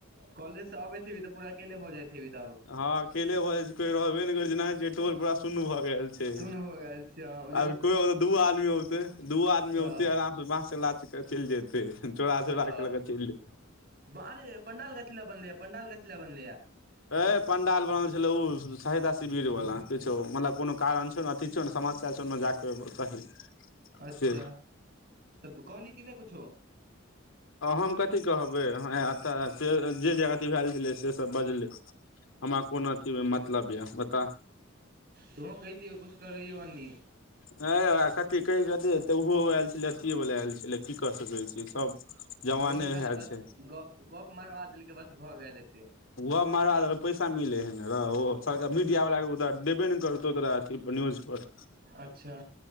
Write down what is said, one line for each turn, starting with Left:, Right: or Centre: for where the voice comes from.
Right: कॉलजसँ अबेतऽ पूरा अकेले भ जायते खठी तब
Left: हँ अकेले भऽ जाइ छै कोई रहबे ने कर छै जेना छै टोल पूरा शून्य भए गेल छै
Right: सुन भऽ गेल छैँऔर
Left: अभी कोई होते दूओ आदमी औते दूओ आदमी
Right: हँ
Left: औते आराम से बा से ल चलि जेते चोड़ा आग
Right: हँ
Left: चललै
Right: अरे पंडाल कथिला बनलै पंडाल कथिल बनै
Left: ए पंडाल बन छल ओ सहायता शिविर वाला किछो मतलब कोनो कारण छौ ने समस्या जा कर चाही
Right: अच्छा
Left: से
Right: तऽ कहली कि नहि कुछो
Left: हम कथी कहबै तऽ जे जे अथी भेलए छलै से सब बजलै आरा कोनो मतलब य बता
Right: तूह कै दिय कुछ करी ओ न
Left: ह आ ती कही कथी तऽ उहो वल अथीए वला आयल छै ल की कर सकै छी सब जवाने
Right: ओहो सब खाली
Left: भेलल
Right: बस
Left: छै
Right: गप गप मरबा देलकै बस भऽ गेल एते
Left: ओ मार पैसा मिले है र सर मीडियाावालाक के देबे ने करतौ तोरा त न्यूजपर
Right: अच्छा